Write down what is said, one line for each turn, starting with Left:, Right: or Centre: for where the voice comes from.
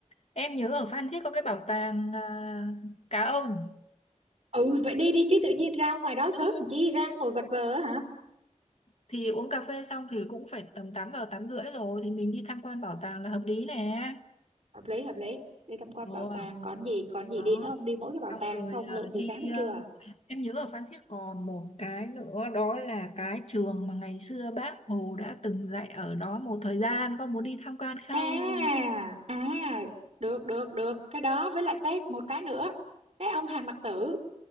Left: em nhớ ở Phan Thiết có cái bảo tàng à, cá ông
Right: ừ vậy đi đi chứ tự nhiên ra ngoài đó sớm
Left: Ừ.
Right: làm chi ra ngồi vật vờ á hả
Left: thì uống cà phê xong thì cũng phải tầm 8 giờ 8 rưỡi rồi thì mình đi tham quan bảo tàng là hợp lý nè
Right: hợp lý hợp lý đi tham quan
Left: Ồ,
Right: bảo tàng còn gì còn gì
Left: đó
Right: đi nữa không đi mỗi cái bảo
Left: xong
Right: tàng
Left: rồi
Right: không
Left: ờ,
Right: lượn
Left: đi
Right: từ sáng tới trưa à
Left: Em nhớ ở Phan Thiết còn một cái nữa đó là cái trường mà ngày xưa bác Hồ đã từng dạy ở đó một thời gian con muốn đi tham quan không?
Right: à à, được được được cái đó với lại cái một cái nữa cái ông Hàn Mặc Tử